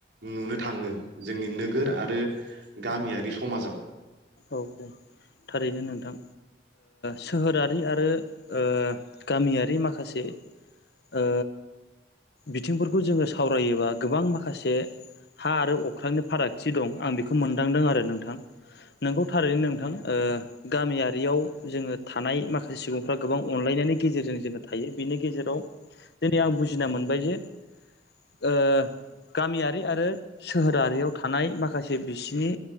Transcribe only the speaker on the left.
औ औ थारैनो नोंथां सोहोरारि आरो ओ गामियारि माखासे ओ बिथिंफोरखौ जोङो सावरायोबा गोबां माखासे हा आरो अख्रांनि फारागथि दं आं बेखौ मोनदांदों आरो नोंथां। नोंगौ थारैनो नोंथां ओ गामियारियाव जोङो थानाय माखा माखासे सुबुंफ्रा गोबां अनलायनायनि गेजेरजों जोङो थायो बिनि गेजेराव दिनै आं बुजिना मोनबाय जे ओ गामियारि आरो सोहोरारियाव थानाय माखासे बिसिनि